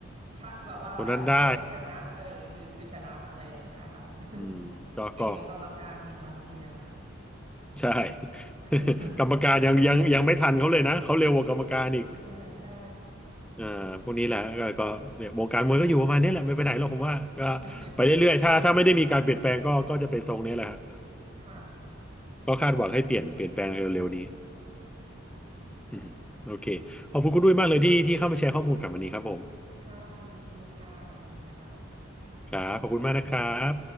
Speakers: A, on the right (about 35°); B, in the centre.
A: ชะ <laughs> แบบว่าอะไรอะคนเนี้ยชนะเออคือคือชนะอะไรอย่างเงี้ยค่ะ
B: <laughs> ตัวนั้นได้อืมก็ก็
A: <laughs> เก่งกว่ากรรมการอีกบางทีอะค่ะ
B: ใช่ <laughs>
A: <laughs>
B: กรรมการยังยังยังไม่ทันเขาเลยนะเขาเร็วกว่ากรรมการอีก
A: อ่าใช่
B: อ่าพวกนี้แหละก็ก็เนี่ยวงการมวยก็อยู่ประมาณนี้แหละไม่ไปไหนหรอกผมว่าก็
A: <laughs>
B: ไปเรื่อยๆถ้าถ้าไม่ได้มีการเปลี่ยนแปลงก็ก็จะเป็นทรงนี้แหละฮะ
A: ค่ะ
B: ก็คาดหวังให้เปลี่ยนเปลี่ยนแปลงเร็วๆนี้
A: ค่ะ
B: อืมโอเคขอบคุณคุณด้วยมากเลยที่ที่เข้ามาแชร์ข้อมูลกับวันนี้ครับผม
A: ค่ะยินดีค่ะขอบคุณค่ะ
B: ครับขอบคุณมากนะครับ